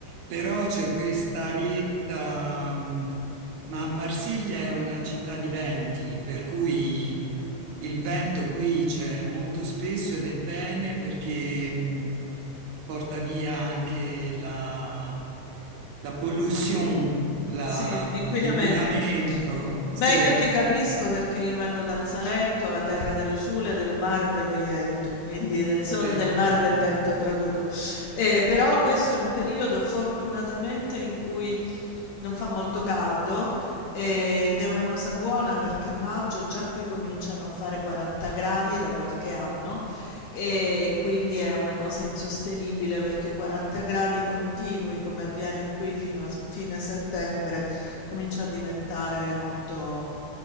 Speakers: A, on the right (about 75°); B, on the left (about 80°).
A: Però c'è questa arietta, mh, ma Marsiglia è una città di venti, per cui il vento qui c'è molto spesso ed è bene perché mh, porta via anche la, la pollution, la-
B: Sì, l'inquinamento.
A: l'inquinamento. Sì,
B: Beh, io ti capisco perché io vengo dal Salento, la terra dell'usule, dell'umare e dell'uientu, quindi del sole,
A: ecco,
B: del mare e del vento, traduco. Eh, però questo è un periodo fortunatamente in cui non fa molto caldo eh, ed è una cosa buona perché a maggio già qui cominciano a fare 40 180 gradi da qualche anno e quindi è una cosa insostenibile perché 40 gradi continui come avviene qui fino a fine settembre comincia a diventare molto